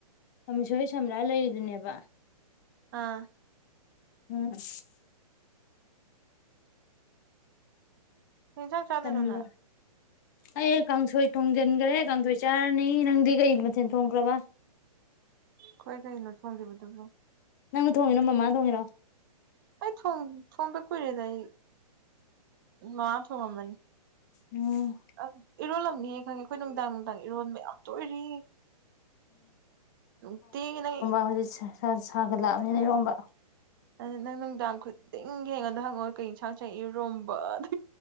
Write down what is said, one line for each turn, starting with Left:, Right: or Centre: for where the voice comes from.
Left: ꯃꯤꯁꯣꯏ ꯁꯝꯂꯥꯏ ꯂꯩꯔꯤꯗꯨꯅꯦꯕ
Right: ꯑꯥ
Left: <unintelligible>
Right: ꯀꯩ ꯏꯟꯁꯥꯡ ꯆꯥꯗꯣꯏꯅꯣ
Left: ꯇꯟꯕ
Right: ꯅꯪ
Left: ꯑꯩ ꯀꯥꯡꯁꯣꯏ ꯊꯣꯡꯖꯤꯟꯈ꯭ꯔꯦ ꯀꯥꯡꯁꯣꯏ ꯆꯥꯔꯅꯤ ꯅꯪꯗꯤ ꯀꯩ ꯃꯊꯦꯜ ꯊꯣꯡꯈ꯭ꯔꯕ
Right: ꯑꯩꯈꯣꯏ ꯀꯩꯅꯣ ꯊꯣꯡꯈꯤꯕꯗꯨꯕꯣ
Left: ꯅꯪꯅ ꯊꯣꯡꯉꯤꯔꯣ ꯃꯃꯥꯅꯊꯣꯡꯉꯤꯔꯣ
Right: ꯑꯩ ꯊꯣꯡꯕ ꯀꯨꯏꯔꯦꯗ ꯑꯩ ꯉꯉꯥ ꯊꯣꯡꯉꯝꯕꯅꯤ
Left: ꯎꯝ
Right: ꯑ ꯏꯔꯣꯜꯂꯝꯅꯤꯍꯦ ꯈꯪꯉꯦ ꯑꯩꯈꯣꯏ ꯅꯨꯡꯗꯥꯡ ꯅꯪ ꯏꯔꯣꯟꯕ ꯌꯥꯝ ꯇꯣꯏꯔꯤ ꯅꯨꯡꯇꯤ ꯅꯪ
Left: ꯋꯔꯤꯁꯦ ꯏꯁ ꯁꯥꯒ ꯂꯥꯛꯑꯕꯅꯤꯅ ꯏꯔꯣꯝꯕ
Right: ꯑꯗꯨ ꯅꯪ ꯅꯨꯡꯗꯥꯡ ꯈꯨꯗꯤꯡꯒꯤ ꯌꯦꯡꯉꯣꯟꯗ ꯍꯪꯉꯣ ꯀꯩ ꯌꯦꯟꯁꯥꯡꯁꯥꯡ ꯏꯔꯣꯝꯕ ꯑꯗꯨ